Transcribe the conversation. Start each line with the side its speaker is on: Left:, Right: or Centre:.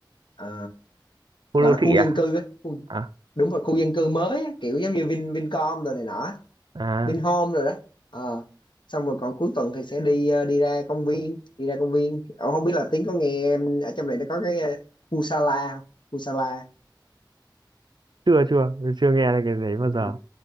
Left: Ờ,
Right: khu
Left: gọi
Right: đô
Left: là khu
Right: thị à
Left: dân cư á khu,
Right: à,
Left: đúng rồi khu dân cư mới á, kiểu giống như Vin Vincom rồi này nọ
Right: à
Left: Vinhome rồi đó Ờ. xong rồi còn cuối tuần thì sẽ đi ờ, đi ra công viên đi ra công viên Ờ, không biết là Tiến có nghe em ở trong này nó có cái ờ, khu Sala không? khu Sala
Right: chưa chưa chưa nghe cái đấy bao
Left: ừ.
Right: giờ